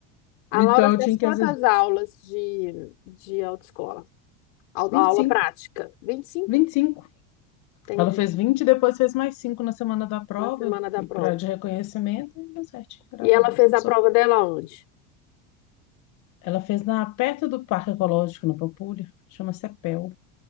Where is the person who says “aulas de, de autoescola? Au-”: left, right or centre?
Left